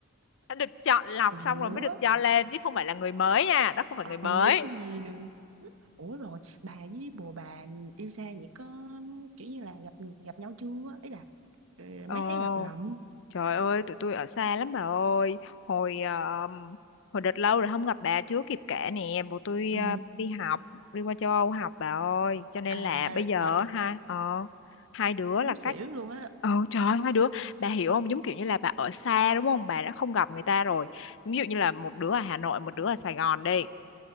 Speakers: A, on the left; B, on the right.
A: đã được chọn lọc
B: ủa
A: xong rồi mới được cho lên chứ không phải là người mới nha đó không phải
B: ờ
A: người mới
B: chứ gì nữa ủa rồi bà với bồ bà yêu xa vậy có kiểu như là gặp gặp nhau chưa ý là ừ,
A: ồ
B: mấy tháng gặp lận
A: Trời ơi, tụi tôi ở xa lắm bà ơi. Hồi ờ, hồi đợt lâu rồi không gặp bà chưa kịp kể nè. Bố tôi
B: Ừ,
A: ờ, đi học, đi qua châu Âu học bà ơi. Cho nên
B: à,
A: là bây giờ
B: à
A: hai ờ hai đứa là
B: muốn xỉu
A: cách
B: luôn á
A: Ờ trời ơi, hai đứa bà hiểu không giống kiểu như là bà ở xa đúng không bà đã không gặp người ta rồi ví dụ như là một đứa ở Hà Nội một đứa ở Sài Gòn đi